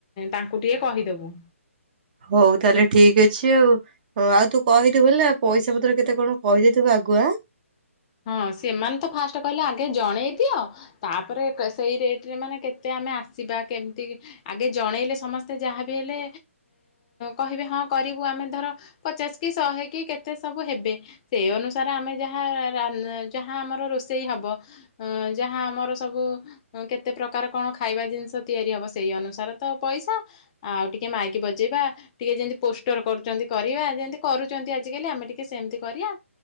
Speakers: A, on the left (about 25°); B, on the right (about 35°).
A: ତାଙ୍କୁ ଟିକେ କହିଦବୁ।
B: ହଉ ତାହେଲେ ଠିକ୍ ଅଛି ଆଉ। ହଁ ଆଉ ତୁ କହିଦିବୁ ହେଲା ପଇସା ପତ୍ର କେତେ କଣ କହିଦେଇଥିବୁ ଆଗୁଆ।
A: ହଁ ସେମାନେ ତ ଫାଷ୍ଟ କହିଲେ ଆଗେ ଜଣେଇ ଦିଅ ତାପରେ ସେଇ ରେଟ୍ ରେ ମାନେ କେତେ ଆମେ ଆସିବା କେମିତି ଆଗେ ଜଣେଇଲେ ସମସ୍ତେ ଯାହାବି ହେଲେ କହିବେ ହଁ କରିବୁ ଆମେ ଧର ପଚାଶ କି ଶହେ କି କେତେ ସବୁ ହେବେ ସେଇ ଅନୁସାରେ ଆମେ ଯାହା ଯାହା ଆମର ରୋଷେଇ ହବ ଯାହା ଆମର ସବୁ କେତେ ପ୍ରକାର କଣ ଖାଇବା ଜିନିଷ ତିଆରି ହବ ସେଇ ଅନୁସାରେ ତ ପଇସା ଆଉ ଟିକେ ମାଇକି ବଜେଇବା ଟିକେ ଯେମିତି ପୋଷ୍ଟର କରୁଛନ୍ତି କରିବା ଯେମତି କରୁଛନ୍ତି ଆଜିକାଲି ଆମେ ଟିକେ ସେମିତି କରିବା